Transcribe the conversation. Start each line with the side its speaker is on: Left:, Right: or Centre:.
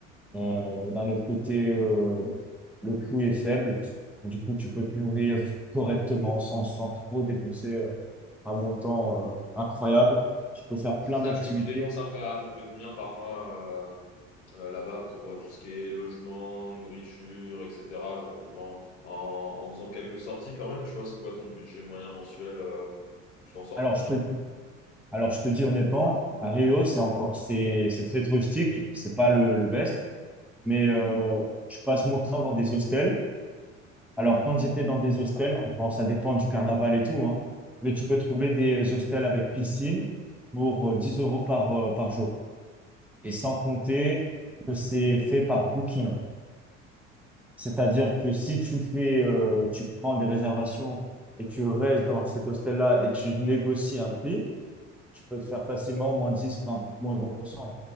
Centre: Euh, d'un autre côté, euh, le coût est faible. Du coup, tu peux te nourrir correctement sans, sans trop dépenser euh, un montant euh, incroyable. Tu peux faire plein
Left: C'est ça,
Centre: d'activités.
Left: tu, tu dépenses un peu, à peu près combien par mois euh, euh, là-bas pour euh, tout ce qui est logement, nourriture, etc. Genre en vivant, en, en faisant quelques sorties quand même, tu vois, c'est quoi ton budget moyen mensuel? euh, tu t'en sors
Centre: Alors,
Left: pour combien?
Centre: je te, alors, je te dis honnêtement, à Rio, c'est encore, c'est, c'est très touristique. C'est pas le, le best. mais euh, je passe mon temps dans des hostels. Alors, quand j'étais dans des hostels, bon, ça dépend du carnaval et tout, hein, mais tu peux trouver des hostels avec piscine pour euh, 10 euros par, euh, par jour. Et sans compter que c'est fait par Booking. C'est-à-dire que si tu fais, euh, tu prends des réservations et tu restes dans cet hostel-là et tu négocies un prix, tu peux te faire facilement moins 10, 20 moins vingt pour cent